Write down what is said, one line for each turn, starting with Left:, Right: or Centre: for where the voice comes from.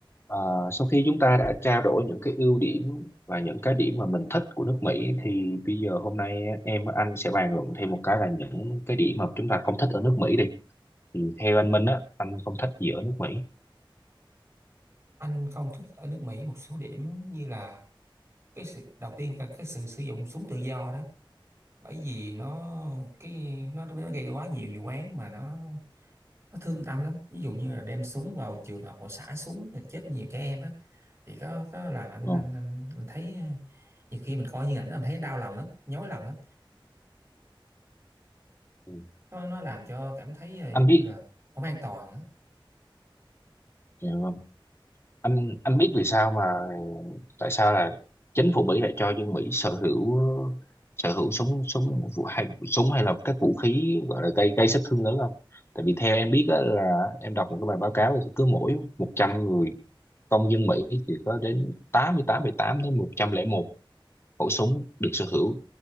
Left: Ờ, sau khi chúng ta đã trao đổi những cái ưu điểm và những cái điểm mà mình thích của nước Mỹ thì bây giờ hôm nay em và anh sẽ bàn luận thêm một cái là những cái điểm mà chúng ta không thích ở nước Mỹ đi. Thì theo anh Minh á, anh không thích gì ở nước Mỹ.
Right: Anh không thích ở nước Mỹ một số điểm như là cái sự đầu tiên là cái sự sử dụng súng tự do đó bởi vì nó cái nó, nó gây quá nhiều vụ án mà nó nó thương tâm lắm ví dụ như là đem súng vào trường học mà xả súng rồi chết nhiều trẻ em á thì có có làm anh
Left: Vâng.
Right: anh, anh, anh thấy ờ, nhiều khi mình coi như ảnh đó, mình thấy đau lòng lắm nhói lòng lắm
Left: Ừ.
Right: nó nó làm cho cảm thấy ờ, giống
Left: Anh biết.
Right: như là không an toàn á
Left: Dạ vâng. anh anh biết vì sao mà tại sao là chính phủ Mỹ lại cho dân Mỹ sở hữu sở hữu súng súng vũ- hay súng hay là các vũ khí gọi là gây gây sát thương lớn không? Tại vì theo em biết á, là em đọc một cái bài báo cáo thì cứ mỗi 100 người công dân Mỹ thì có đến 88 tám đến 101 khẩu súng được sở hữu.